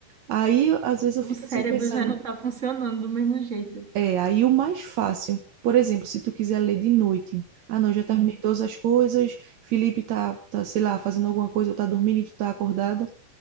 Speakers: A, on the right; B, on the right.
A: Aí eu- às vezes eu
B: O
A: fico
B: cérebro
A: assim pensando,
B: já não tá funcionando do mesmo jeito.
A: é, aí o mais fácil. Por exemplo, se tu quiser ler de noite, ah, não, já terminei
B: Sim,
A: todas as coisas, Felipe tá, tá, sei lá, fazendo alguma coisa, ou tá dormindo e tu tá acordada.